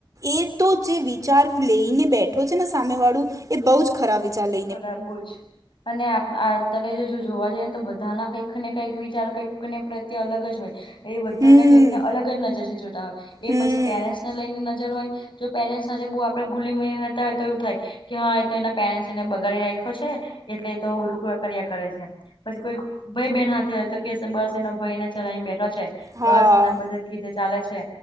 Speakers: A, on the right; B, on the left.
A: એ તો જે વિચાર લઈને બેઠો છે ને સામે વાળું એ બઉ જ ખરા વિચાર લે
B: ખરાબોજ અને આ તમે જો જોવા જઈએ ને તો બધાના કંઈક ને કંઈક વિચાર કંઈક ને પ્રત્યે અલગ જ હોય એ બધાને
A: હમ
B: કંઈક ને અલગ જ નજર થી જોતા હોય એ
A: હમ
B: પછી પેરેન્ટ્સ ને લઈને નજર હોય જો પેરેન્ટ્સ સાથે બહુ આપણે ગુલી મીલી નતા હોય તો એવું થાય કે હા એ એના પેરેન્ટ્સ ને બગાડી રાખો છે એટલે એ તો બધું કામ કરિયા કરે છે. પછી કોઈ ભાઈ બહેન સાથે હોય તો કે બસ એનો ભાઈ ને ચલાવી બેઠો છે.
A: હા
B: બસ એના બધા કીધે ચાલે છે